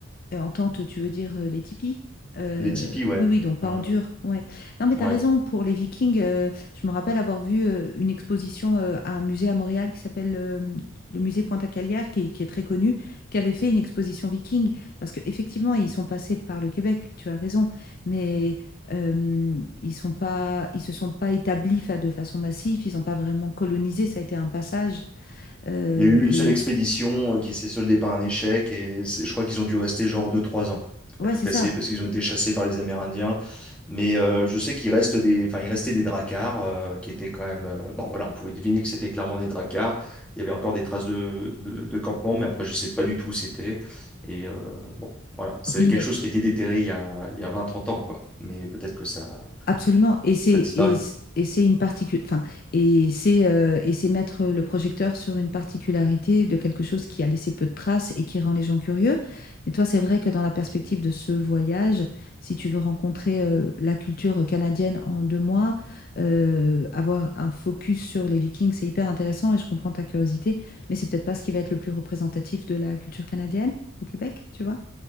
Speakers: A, on the left; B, in the centre.
A: Euh, en tente, tu veux dire euh, les tipis? Euh,
B: Les tipis, ouais.
A: oui, oui, donc pas
B: Hmm.
A: en dur. Ouais. Non, mais
B: Ouais.
A: tu as raison, pour les Vikings, euh, je me rappelle avoir vu euh, une exposition euh, à un musée à Montréal qui s'appelle euh, le musée Pointe-à-Calière, qui, qui est très connu, qui avait fait une exposition Viking, parce qu'effectivement, ils sont passés par le Québec, tu as raison, mais euh, ils sont pas, ils se sont pas établis fa- de façon massive, ils n'ont pas vraiment colonisé, ça a été un passage. euh,
B: Il y a eu une
A: et
B: seule expédition euh, qui s'est soldée par un échec et c'est- je crois qu'ils ont dû rester genre deux trois ans
A: ouais,
B: à tout
A: c'est
B: casser
A: ça.
B: parce qu'ils ont été chassés par les Amérindiens. Mais euh, je sais qu'il reste des, enfin, il restait des dracars euh, qui étaient quand même. euh, bon, voilà, on pouvait deviner que c'était clairement des dracars. Il y avait encore des traces de, de, de campement, mais après, je sais pas du tout où c'était. Et euh, bon, voilà, c'est
A: Oui,
B: quelque
A: mais...
B: chose qui était déterré il y a, il y a vingt trente ans, quoi. Mais peut-être que ça,
A: Absolument. Et c'est
B: ça a disparu.
A: et, c- et c'est une particu- enfin, et c'est euh, et c'est mettre le projecteur sur une particularité de quelque chose qui a laissé peu de traces et qui rend les gens curieux. Mais toi, c'est vrai que dans la perspective de ce voyage, si tu veux rencontrer euh, la culture canadienne en deux mois, euh, avoir un focus sur les Vikings, c'est hyper intéressant et je comprends ta curiosité, mais c'est peut-être pas ce qui va être le plus représentatif de la culture canadienne au Québec, tu vois.